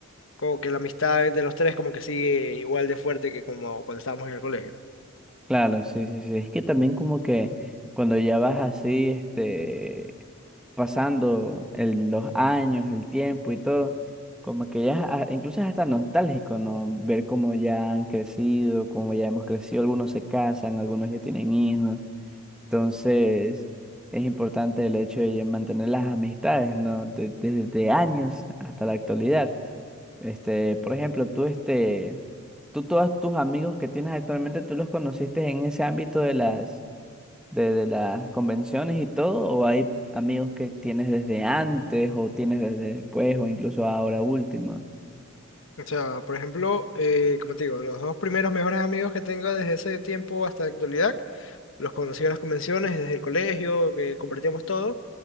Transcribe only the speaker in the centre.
claro, sí, sí, sí. Es que también como que cuando ya vas así, este, pasando el- los años, el tiempo y todo, como que ya, ah, incluso es hasta nostálgico, ¿no? Ver cómo ya han crecido, cómo ya hemos crecido. Algunos se casan, algunos ya tienen hijos. Entonces, es importante el hecho de mantener las amistades, ¿no? De- Desde de años hasta la actualidad. Este, por ejemplo, tú, este, tú todos tus amigos que tienes actualmente, ¿tú los conociste en ese ámbito de las, de, de las convenciones y todo? ¿O hay amigos que tienes desde antes o tienes desde después o incluso ahora último?